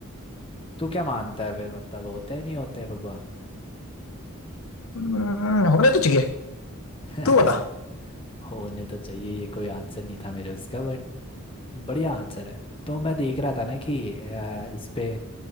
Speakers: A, on the left; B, on the left.
A: तू क्या मानता है फिर मतलब होते हैं नहीं होते हैं भगवान
B: हम्म, होने तो चाहिए
A: <laughs>
B: तू बता
A: होने तो चाहिए ये कोई आंसर नहीं था मेरे उसका बट बढ़िया आंसर है तो मैं देख रहा था ना कि अ, इस पे